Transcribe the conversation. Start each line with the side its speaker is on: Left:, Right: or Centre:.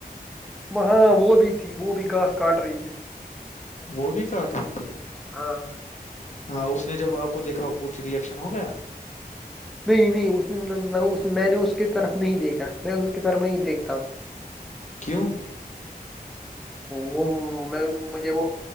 Centre: وہاں وہ بھی تھی وہ بھی گھاس کاٹ رہی تھی
Left: وہ بھی کاٹ رہی تھی
Centre: ہاں
Left: <inaudible> ہاں اس نے جب آپ کو دیکھا کچھ ریئیکشن ہو گیا
Centre: نہیں نہیں اس نے میں نے اس کے طرف <inaudible> نہیں دیکا میں ان کی طرف نہیں دیکھتا ہوں <inaudible>
Left: کیوں <inaudible>
Centre: وہ مجھے وہ